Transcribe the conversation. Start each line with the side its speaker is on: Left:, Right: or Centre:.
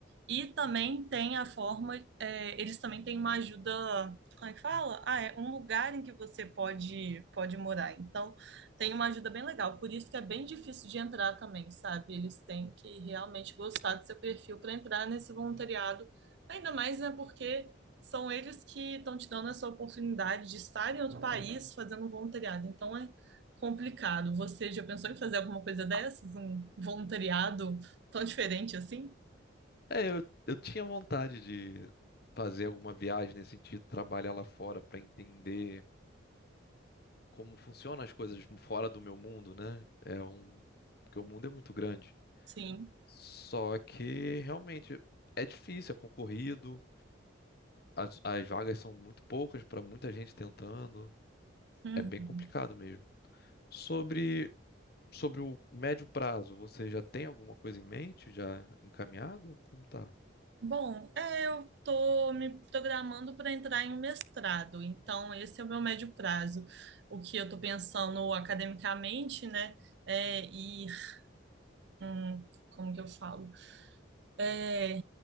Right: e também tem a forma, é, eles também têm uma ajuda, como é que fala? Ah, é um lugar em que você pode, pode morar. Então, tem uma ajuda bem legal. Por isso que é bem difícil de entrar também, sabe? Eles têm que realmente gostar do seu perfil para entrar nesse voluntariado. Ainda mais, né, porque são eles que estão te dando essa oportunidade de estar em outro país fazendo voluntariado. Então, é Complicado. Você já pensou em fazer alguma coisa dessas? Um voluntariado tão diferente assim?
Left: É, eu, eu tinha vontade de fazer alguma viagem nesse sentido, trabalhar lá fora para entender como funcionam as coisas fora do meu mundo, né? É um, porque o mundo é muito grande.
Right: Sim.
Left: Só que realmente é difícil, é concorrido. As, as vagas são muito poucas para muita gente tentando.
Right: Uhum.
Left: É bem complicado mesmo. Sobre, sobre o médio prazo, você já tem alguma coisa em mente? Já encaminhada? Como tá?
Right: Bom, é, eu estou me programando para entrar em um mestrado, então esse é o meu médio prazo. O que eu estou pensando academicamente, né, é ir, hum, como que eu falo? é,